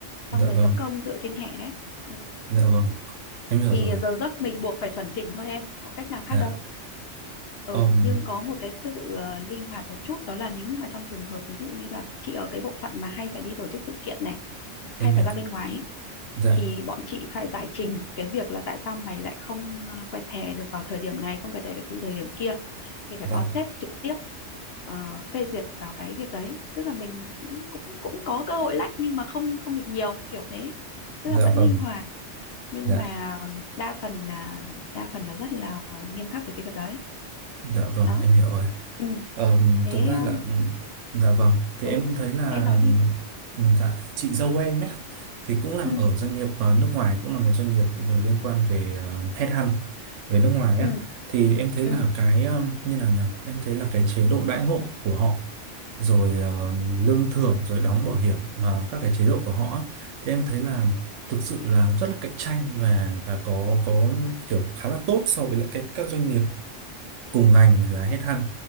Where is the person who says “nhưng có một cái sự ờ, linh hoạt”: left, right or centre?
Left